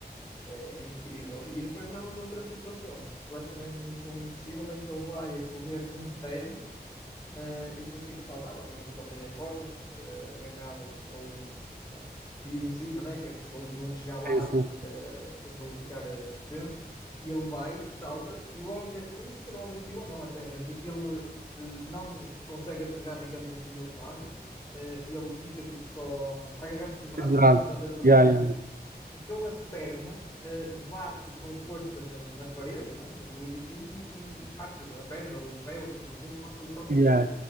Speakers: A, on the left (about 20°); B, on the right (about 60°).
A: é- é incrível. E depois lembro de outra situação, que eu acho também numa missão impossível, em que ele vai a correr de um prédio Uh, e depois tem que saltar, obviamente que ele tem a corda uh, agarrado a um, a um fio em cima, né? que é para se ele não chegar lá,
B: É assim,
A: uh, aquilo ficar uh, suspenso, e ele vai, salta, e o objetivo, eu não sei se era o objetivo ou não até, mas ele uh, não consegue aterrar, digamos assim, do outro lado, uh, e ele fica tipo só a agarrar-se com os braços
B: pendurado.
A: né? na, na beira do outro
B: Yeah,
A: edifício,
B: yeah,
A: e com a perna eh, bate com força na, na parede, né, do edifício e, e parte a perna, ou o pé, ou o tornozelo, parte ali qualquer
B: yeah,
A: coisa.